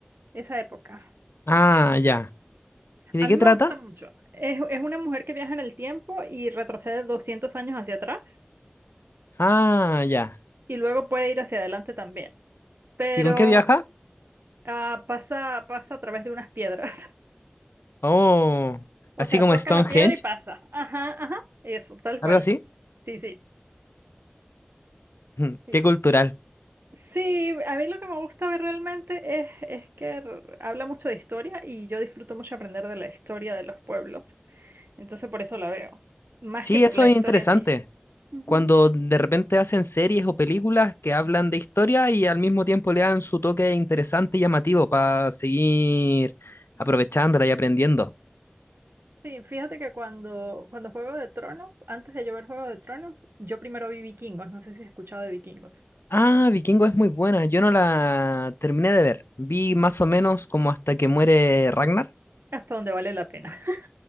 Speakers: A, on the right; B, on the left.
A: esa época.
B: Ah, ya. ¿Y de
A: A
B: qué
A: mí
B: trata?
A: me gusta mucho. Es, es una mujer que viaja en el tiempo y retrocede 200 años hacia atrás
B: Ah, ya.
A: y luego puede ir hacia adelante también, pero
B: ¿Y con qué viaja?
A: ah, pasa, pasa a través de unas piedras.
B: Oh,
A: O
B: así
A: sea,
B: como
A: toca
B: Stonehenge,
A: la piedra y pasa. Ajá, ajá, eso, tal
B: algo
A: cual.
B: así.
A: Sí, sí,
B: <laughs>
A: sí.
B: Qué cultural.
A: Sí, a mí lo que me gusta ver realmente es, es que r- habla mucho de historia y yo disfruto mucho aprender de la historia de los pueblos. Entonces por eso la veo, más
B: Sí,
A: que por
B: eso
A: la
B: es
A: historia
B: interesante.
A: en sí. Ujú.
B: cuando de repente hacen series o películas que hablan de historia y al mismo tiempo le dan su toque interesante y llamativo para seguir aprovechándola y aprendiendo.
A: Sí, fíjate que cuando, cuando Juego de Tronos, antes de yo ver Juego de Tronos, yo primero vi Vikingos, no sé si has escuchado de Vikingos,
B: Ah, Vikingo es muy buena. Yo no la terminé de ver. Vi más o menos como hasta que muere Ragnar.
A: hasta donde vale la pena. <laughs>